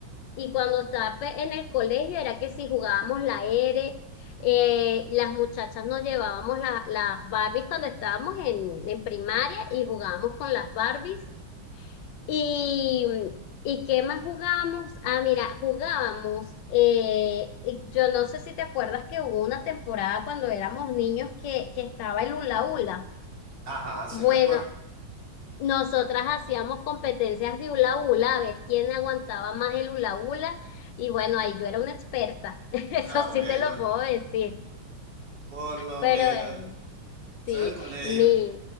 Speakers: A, on the left; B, on the right.
A: y cuando estaba pe- en el colegio era que si jugábamos la R, eh, las muchachas nos llevábamos la- las Barbies cuando estábamos en, en primaria y jugábamos con las Barbies. Y, ¿y qué más jugábamos? Ah, mira, jugábamos. eh, y yo no sé si te acuerdas que hubo una temporada cuando éramos niños que, que estaba el hula hula.
B: ajá, se
A: Bueno,
B: me acuerdo.
A: nosotras hacíamos competencias de hula hula, a ver quién aguantaba más el hula hula, y bueno, ahí yo era una experta, <laughs> eso
B: Ah, bueno,
A: sí te lo puedo decir,
B: por lo
A: pero
B: menos.
A: eh,
B: Soy
A: sí,
B: del colegio.
A: mi,